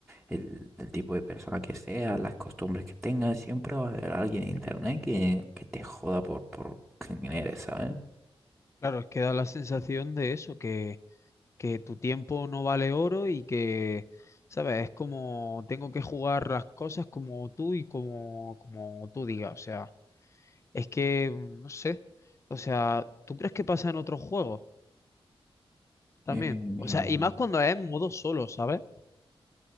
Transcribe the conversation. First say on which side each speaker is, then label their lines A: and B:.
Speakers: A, in the centre; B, on the left.
A: el, el tipo de persona que sea, las costumbres que tengas, siempre va a haber alguien en internet que, que te joda por, por quién eres, ¿sabes?
B: Claro, es que da la sensación de eso, que, que tu tiempo no vale oro y que, ¿sabes? Es como, tengo que jugar las cosas como tú y como, como tú digas, o sea. Es que, mm, no sé. O sea, ¿tú crees que pasa en otros juegos también?
A: Eh,
B: O sea, y más cuando es en modo solo, ¿sabes?